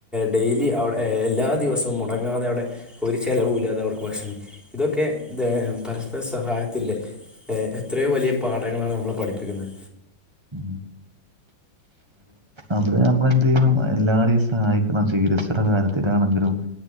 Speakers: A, in the centre; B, on the right (about 15°).
A: ഡെയിലി അവ്ടെ എല്ലാ ദിവസവും മുടങ്ങാതെ അവിടെ ഒരു ചെലവുല്ലാതെ അവർക്ക് ഭക്ഷണം ഇതൊക്കെ പരസ്പര സഹായത്തിന്റെ എത്രയോ വലിയ പാഠങ്ങളാണ് നമ്മള് പഠിപ്പിക്കുന്നത്
B: ഉം അബ്ടെ നമ്മള് എന്തെയ്യണം എല്ലാരെയും സഹായിക്കുന്ന ചികിത്സടെ കാര്യത്തിലാണെങ്കിലും